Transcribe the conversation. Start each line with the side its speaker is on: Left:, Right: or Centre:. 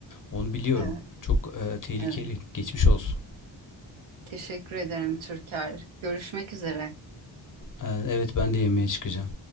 Left: Onu biliyorum.
Right: Evet,
Left: Çok e, tehlikeli.
Right: evet.
Left: Geçmiş olsun.
Right: Teşekkür ederim Türker. Görüşmek üzere.
Left: E, evet ben de yemeğe çıkacağım.